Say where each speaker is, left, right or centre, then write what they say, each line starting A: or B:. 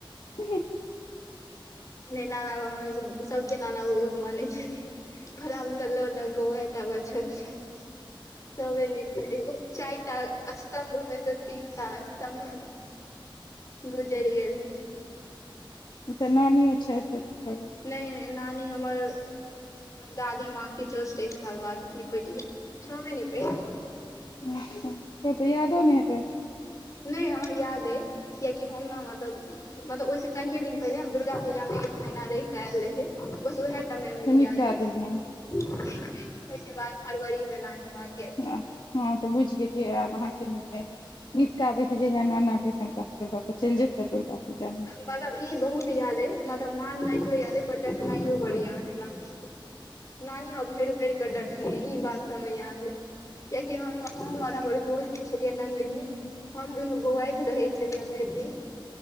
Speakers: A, on the left; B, on the left.
A: ठ
B: नहि नाना ब सबके नाना सबूत मानै छै तोरा हमरा लऽ द क ओहेटा बचल छै तबे न करेबौ चारिटा अस्तम्भमेस तीनटा अस्तम्भ गुजरि गेलखिन
A: अच्छा नानियो छथि तऽ
B: नय नानी हमर दादी माँ के जस्ट एक साल बाद निपटी ह छोबे निपट
A: तोन तऽ यादो नइ हेतै
B: नइ हमरा याद अइ कियकि हम न मतलब मतलब ओहिसँ कनिये दिन पहिले हम दुर्गा पूजामे एक महिीना रहि कऽ आयल रहियै बस उएह टा मेमोरी
A: निपटा
B: याद अइ
A: देलियनि
B: ओहिके बाद फरवरी मे नानी मा क
A: हँ तऽ बुझि गेलियै आब अहाँके नइ अय निपटाबै के जहिया नाना के ताइन अहाँके लऽ केऽ चलि जेता दुर्गा पूजामे
B: मतलब ई बहुत यादे मतलब मान नयो यादे परडस नहियो बड़ याद नानी नानीमे भरि भरि कऽ डटन य‌इ‌ बात त हमरा याद ह कियाकि हम हम आर हमर दोस्त छलियै नन्दिनी हम दुनू बौआइत रहै छलियै भरि दिन